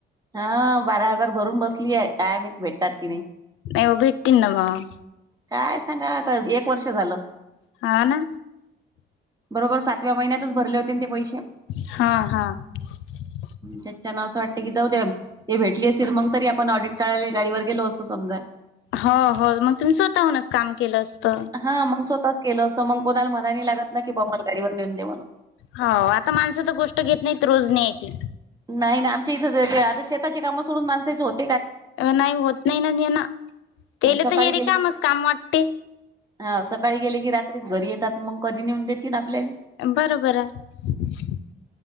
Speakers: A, on the right; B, on the left.
A: हा बारा हजार भरून बसली आहे कायम भेटतात कि नाही.
B: हो भेटतील ना मग.
A: काय सांगावं आता एक वर्ष झालं.
B: हा ना.
A: बरोबर सातव्या महिन्यातच भरले होते ना ते पैसे.
B: हा <inaudible>
A: ते त्यांना असं वाटतं की जाऊ द्या. ते भेटले असते तर मग आपण ऑडिट काढायला गाडीवर गेलो असतो समजा.
B: हो हो, मग तुम्ही स्वतःहूनच काम केलं असतं.
A: हा मग स्वतःच केलं असतं, मग कोणाला म्हणाय नाही लागत ना की, बाबा मला गाडीवर नेऊन दे म्हणून.
B: हो आता माणसाचं गोष्ट घेत नाहीत रोज न्यायची.
A: नाही ना आमच्या इथं जर ते आता शेताची कामं सोडून माणसेच होत
B: नाही होत नाही नाही ना हेन,
A: म्हणजे
B: तेला
A: सकाळी
B: तर हे
A: गेले
B: रिकामच काम वाटते.
A: हा सकाळी गेले की रात्रीच घरी येतात मग कधी नेऊन देतील आपल्यालेले.
B: बरोबर हाय‌. <inaudible>